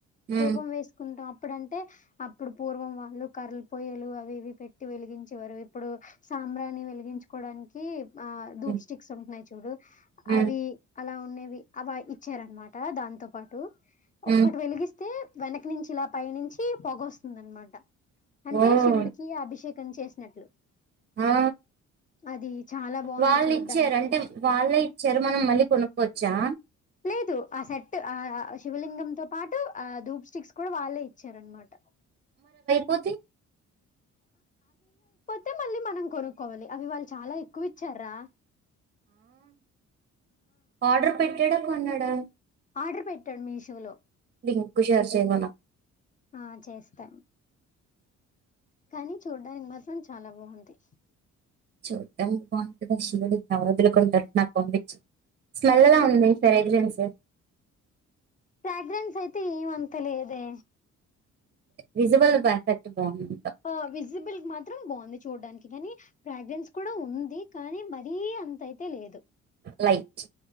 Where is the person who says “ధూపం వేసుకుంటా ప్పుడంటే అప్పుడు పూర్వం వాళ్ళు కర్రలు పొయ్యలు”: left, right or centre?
Left